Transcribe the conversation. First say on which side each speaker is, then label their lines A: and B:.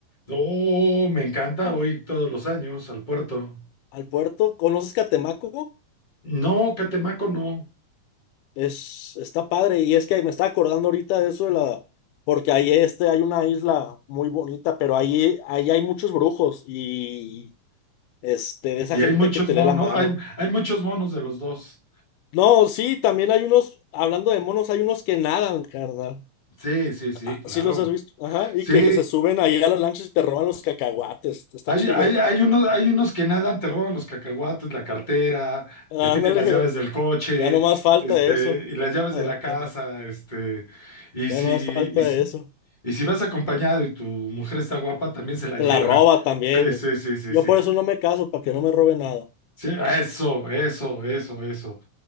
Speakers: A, on the left; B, on the left.
A: Oh, me encanta, voy todos los años al puerto.
B: Al puerto, ¿conoces Catemaco?
A: No, Catemaco no.
B: Es, está padre y es que me está acordando ahorita de eso de la, porque ahí este hay una isla muy bonita, pero ahí, ahí hay muchos brujos y este de esa
A: Y
B: gente
A: hay muchos
B: que te
A: monos,
B: lee la mano.
A: hay, hay muchos monos de los dos.
B: No, sí, también hay unos, hablando de monos, hay unos que nadan, carnal.
A: Sí, sí, sí,
B: Ah,
A: claro.
B: Sí los has visto, ajá, y
A: Sí,
B: que se suben ahí a las lanchas y te roban los cacahuates. Está
A: hay,
B: chido.
A: hay, hay unos, hay unos que nadan, te roban los cacahuates, la cartera,
B: Ándale,
A: te piden las llaves del coche,
B: ya no más falta
A: este,
B: eso.
A: y las llaves
B: <laughs>
A: de la casa, este, y
B: Ya
A: si,
B: no más falta
A: y si,
B: eso.
A: y si vas acompañado y tu mujer está guapa, también se la
B: Te
A: <laughs> llevan.
B: la roba también.
A: Sí, sí, sí, sí,
B: Yo
A: sí.
B: por eso no me caso, para que no me robe nada.
A: Sí, eso, eso, eso, eso.